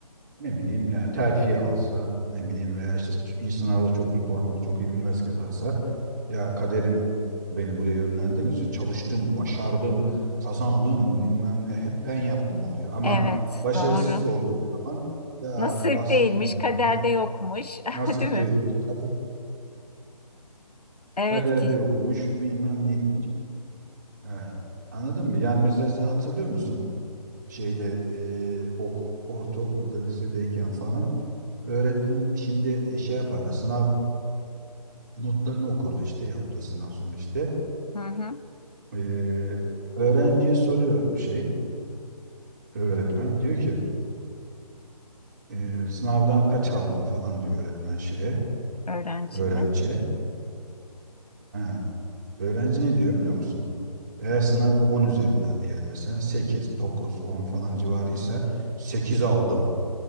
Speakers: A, on the right; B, on the left.
A: ne bileyim yani terfi alsa ne bileyim veya işte iyi sınavda çok iyi puan alıp çok iyi bir üniversite kazansa ya kaderim beni buraya yönlendirmedi. Çalıştım, başardım, kazandım bilmem ne hep ben yaptım oluyor ama
B: Evet,
A: başarısız
B: doğru.
A: olduğu zaman ya
B: Nasip
A: bastım
B: değilmiş,
A: burnuna
B: kaderde yokmuş,
A: nasip
B: <laughs> değil mi?
A: değilmiş kader,
B: Evet
A: kaderde
B: ki.
A: yokmuş bilmem neymiş. Ha, Anladın mı? Yani mesela sen hatırlıyor musun? şeyde e, ok, ortaokulda lisedeyken falan öğretmen şimdi e, şey yapardı sınav notlarını okurdu işte yaptığı sınav sonu işte
B: Hı hı.
A: E, öğrenciye soruyor şey öğretmen diyor ki e, sınavdan kaç aldın falan diyor öğretmen şeye
B: Öğrenciye.
A: öğrenciye ha, öğrenci ne diyor biliyor musun eğer sınavı 10 üzerinden diyelim mesela 8 9 10 falan civarı ise 8 aldım,